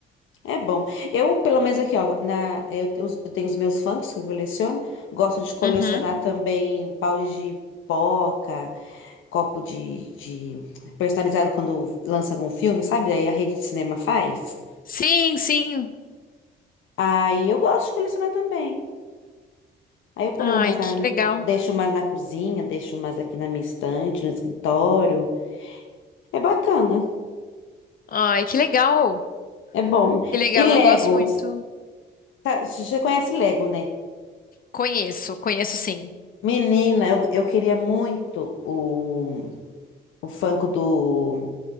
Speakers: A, on the left; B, on the left.
A: É bom. Eu, pelo menos aqui, ó, na, eu, te- os- eu tenho os meus funkos que eu coleciono. Gosto de colecionar
B: Uhum.
A: também balde de pipoca, copo de, de- personalizado quando lança algum filme, sabe? Aí a rede de cinema faz.
B: Sim, sim.
A: Aí eu gosto de colecionar também. Aí eu ponho
B: Ai,
A: umas
B: que
A: na,
B: legal.
A: eu deixo umas na cozinha, deixo umas aqui na minha estante, no escritório. É bacana,
B: Ai, que legal.
A: é bom.
B: Que legal,
A: E Lego,
B: eu gosto muito.
A: você conhece Lego, né?
B: Conheço, conheço sim.
A: Menina, eu, eu queria muito o, o Funko do,